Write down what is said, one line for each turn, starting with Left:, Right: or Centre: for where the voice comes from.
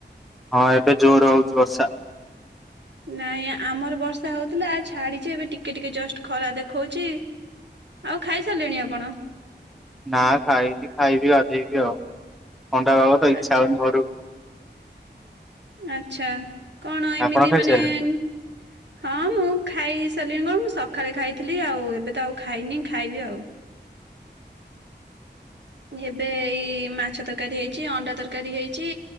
Centre: ହଁ ଏବେ ଜୋର ହୋଉଚି ବର୍ଷା।
Right: ନାଇଁ ଆମର ବର୍ଷା ହୋଉଥିଲା ଆଉ ଛାଡିଛି ଏବେ ଟିକେ ଟିକେ ଜଷ୍ଟ ଖରା ଦେଖୋଉଛି। ଆଉ ଖାଇ ସାରିଲେଣି ଆପଣ।
Centre: ନା ଖାଇନି ଖାଇବି ଗାଧେଇବି ଆଉ ଥଣ୍ଡା ପାଗ ତ ଇଚ୍ଛା
Right: ଆଚ୍ଛା
Centre: ହଉନି ଘରୁ
Right: ଆଚ୍ଛା କଣ ଏମିତି
Centre: ଆପଣ ଖାଇସାରିଲେଣି
Right: ମାନେ ଉଁ ହଁ ମୁଁ ଖାଇ ସାରିଲିଣି କଣ ସଖାଳେ ଖାଇଥିଲି ଆଉ ଏବେ ତ ଆଉ ଖାଇନି ଖାଇବି ଆଉ। ଏବେ ଏଇ ମାଛ ତରକାରୀ ହେଇଛି ଅଣ୍ଡା ତରକାରୀ ହେଇଛି